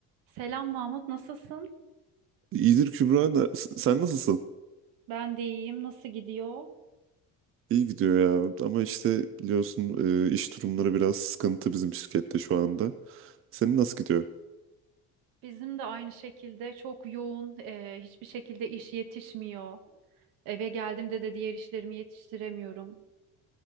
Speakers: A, on the right; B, on the right.
A: Selam Mahmut, nasılsın?
B: İyidir Kübra. Na- Sen nasılsın?
A: Ben de iyiyim. Nasıl gidiyor?
B: İyi gidiyor ya. Ama işte biliyorsun e, iş durumları biraz sıkıntı bizim şirkette şu anda. Senin nasıl gidiyor?
A: Bizim de aynı şekilde çok yoğun, e, hiçbir şekilde iş yetişmiyor. Eve geldiğimde de diğer işlerimi yetiştiremiyorum.